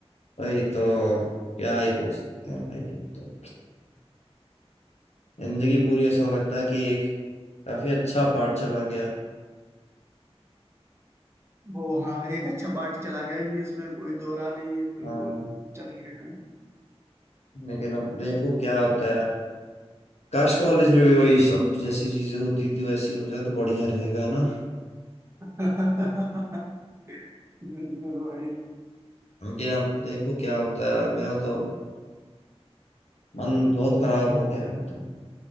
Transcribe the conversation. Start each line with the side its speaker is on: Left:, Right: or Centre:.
Left: भाई तो क्या ही बोल सकते हैं भाई अब तो जिंदगी पूरी ऐसा लगता है कि एक काफी अच्छा पार्ट चला गया
Right: वो हाँ एक अच्छा पार्ट चला गया ये इसमें कोई दोहरा नहीं है बिल्कुल
Left: हाँ
Right: चले गए हैं
Left: लेकिन अब देखो क्या होता है यार काश कॉलेज में भी वही सब जैसी चीजें होती थी वैसी हो जाए तो बढ़िया रहेगा है ना
Right: <laughs> बिल्कुल भाई
Left: लेकिन अब देखो क्या होता है यार मेरा तो मन बहुत खराब हो गया है अभी तो